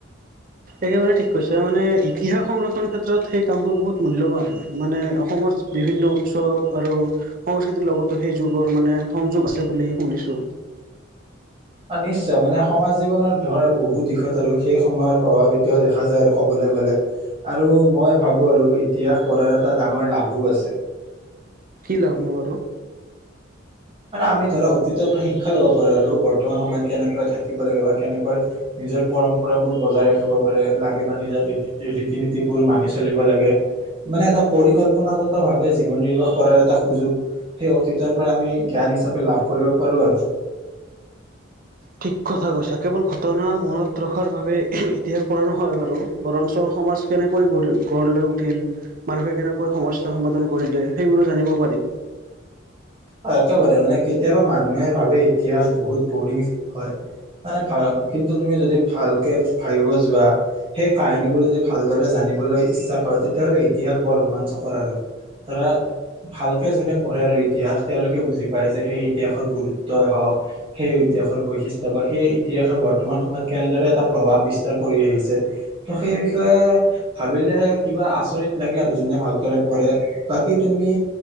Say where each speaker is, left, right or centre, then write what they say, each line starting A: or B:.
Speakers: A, on the right; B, on the right.
A: একেবাৰে ঠিক কৈছা, মানে ইতিহাস সংৰক্ষণ ক্ষেত্ৰত সেই কামবোৰ বহুত মূল্যৱান। মানে অসমৰ বিভিন্ন উৎসৱ আৰু সংস্কৃতিৰ লগতো সেই যুগৰ মানে সংযোগ আছে বুলি শুনিছো।
B: আৰু নিশ্চয় মানে সমাজ জীৱনৰত ধৰা বহু দিশত আৰু সেই সময়ৰ প্ৰভাৱ এতিয়াও দেখা যায়। আৰু ক'বলৈ গ'লে। আৰু মই ভাবো, আৰু ইতিহাস পঢ়াৰ এটা ডাঙৰ লাভো আছে।
A: কি লাভনো বাৰু।
B: মানে আমি ধৰা অতীতৰ পৰা শিক্ষা ল'ব পাৰোঁ আৰু। বৰ্তমান সময়ত কেনেকৈ থাকিব লাগে বা কেনেকৈ নিজৰ পৰম্পৰাবোৰ বজাই ৰাখিব পাৰে লাগে। বা নিজৰ ৰীতি ৰীতি- নীতিবোৰ মানি চলিব লাগে। মানে এটা পৰিকল্পনাগত ভাৱে জীৱন নিৰ্বাহ কৰাৰ এটা সুযোগ। সেই অতীতৰ পৰা আমি জ্ঞান হিচাপে লাভ কৰিব পাৰোঁ আৰু।
A: ঠিক কথা কৈছে, কেৱল ঘটনা মনত ৰখাৰ বাবে ইতিহাস পৰা নহয় বাৰু বৰঞ্চ সমাজ কেনেকৈ গ, গঢ় লৈ উঠিল। মানুহে কেনেকৈ সমস্যা সমাধান কৰিলে, সেইবোৰো জানিব পাৰি।
B: অ', একেবাৰে মানে কেতিয়াবা মানুহে ভাবে ইতিহাস বহুত বৰিং হয়। মানে ভাল, কিন্তু তুমি যদি ভালকে ভাবিব যোৱা। সেই কাহানীবোৰ যদি ভালদৰে জানিবলৈ ইচ্ছা কৰা। তেতিয়াহ'লে ইতিহাস বৰ ৰোমাঞ্চকৰ আৰু। ধৰা, ভালকে যোনে পঢ়ে আৰু ইতিহাস। তেওঁলোকে বুজি পায় যে সেই ইতিহাসৰ গুৰুত্বই হওক। সেই ইতিহাসৰ বৈশিষ্ট্য বা সেই ইতিহাসে বৰ্তমান সময়ত কেনেদৰে এটা প্ৰভাৱ বিস্তাৰ কৰি আহিছে। ত' সেই বিষয়ে ভাবিলে কিবা আচৰিত লাগে আৰু, যোনে ভালকৰে পঢ়ে। বাকি তুমি